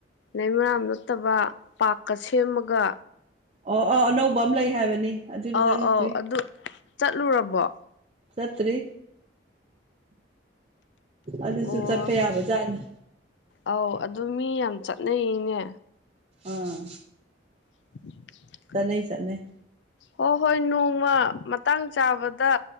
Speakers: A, on the left; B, on the right.
A: ꯂꯩꯩꯃꯔꯥꯝ ꯅꯠꯇꯕ ꯄꯥꯔꯛꯀꯥ ꯁꯦꯝꯃꯒ
B: ꯑꯣ ꯑꯣ ꯑꯅꯧꯕ ꯑꯝ ꯂꯩ ꯍꯥꯏꯕꯅꯤ ꯑꯗꯨꯗꯤ
A: ꯑꯧ
B: ꯆꯪꯉꯛꯇ꯭ꯔꯤ
A: ꯑꯥꯎ ꯑꯗꯨ ꯆꯠꯂꯨꯔꯕꯣ
B: ꯆꯠꯇ꯭ꯔꯤ ꯑꯗꯨꯁꯨ
A: ꯑꯣ
B: ꯆꯠꯄ ꯌꯥꯕꯖꯥꯠꯅꯤ
A: ꯑꯧ ꯑꯗꯨ ꯃꯤ ꯌꯥꯝ ꯆꯠꯅꯩꯅꯦ
B: ꯑꯥ
A: <inaudible>
B: ꯆꯠꯅꯩ ꯆꯠꯅꯩ
A: ꯍꯣꯏ ꯍꯣꯏ ꯅꯣꯡꯃ ꯃꯇꯥꯡ ꯆꯥꯕꯗ